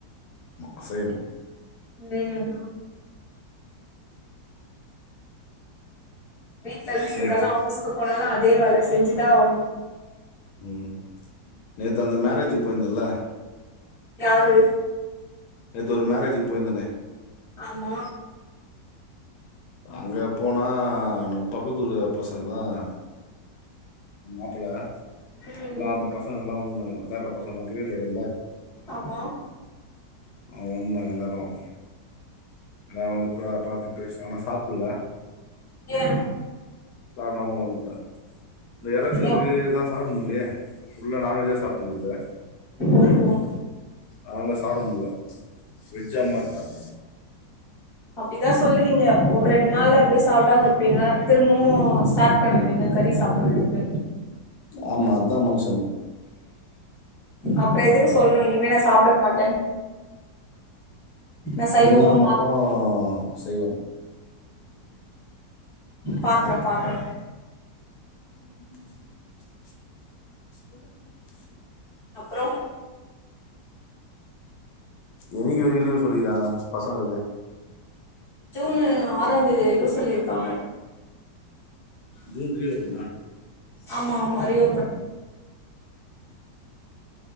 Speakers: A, on the left (about 75°); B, in the centre.
A: அசேனும்
B: உம் வீட்டுல இருந்து இருந்தாலும்
A: நேத்து
B: ஆபஸ்கு போனாலும் அதே இத வேழ செஞ்சுதான் ஆகணும்
A: உம் நேற்று அந்த மேரேஜ் போயிருந்தல
B: யாரு
A: நேத்து ஒரு மேரேஜ்க்கு போயிருந்தேனே
B: ஆமா
A: அங்க போனா நம்ம பக்கத்தூர் பசங்க தான் மாப்பிள்ள
B: ம்
A: எல்லாம் அந்த பசங்கல்லாம் வந்திருந்தாங்க வேலர்ப்பா நான் கிரிக்கெட் கேட்டேன் லா
B: ஆமா
A: அதுவும் தாங்க எல்லாரும் ஆனா வந்து நான் பாத்துட்டு ஆனா சாப்பிடல
B: ஏ
A: ஆடாம வந்டேம் இந்த எலெக்ஷனுக்கு
B: எ
A: சாப்பிடமுல்லையே உள்ள நான்வெஜ்ஜா சாப்பிட்டட்டுருந்த ச
B: ஓஹோ
A: அதால சாப்பிட முல வெஜ்ஜா மட்டான்
B: அப்படிதான் சொல்லுவீங்க ஒரு ரெண்டு நாள் அப்படி சாப்பிடாமங்க இருப்பீங்க திரும்பவும் ஸ்டார்ட் பண்றீங்க கறி சாப்பிடுறதுக்கு
A: ஆமா அதான் மனுஷன்
B: அப்புறம் எதுக்கு சொல்லணும் இனிமே நான் சாப்ட மாட் நா சைவமா
A: ரெண்டு நாள் மட்டும் சைவம்
B: பாக்குறேன் பாக்குறேன்
A: <inaudible> <unintelligible>
B: அப்புறோ
A: எதுக்கு லீவு சொல்லிக்கிறாங்க பசங்களுக்கு
B: ஜுனு ஆறாம் தேதி வரைக்கும் சொல்லிருக்காங்க
A: ஜூன் ரிஓப்பனா
B: ஆமா ஆமா ரியோபன்